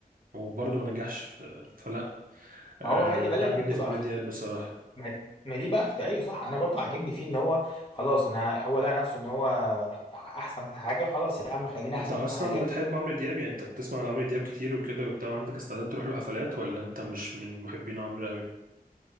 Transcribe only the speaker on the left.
ما
هو خلي بالك
دي بتبقى
اختي
ما ما دي بقى اختي ايوه صح انا برضه عاجبني فيه ان هو خلاص انا هو لقى نفسه ان هو احسن في حاجة خلاص يا عم خليني احسن
في حاجة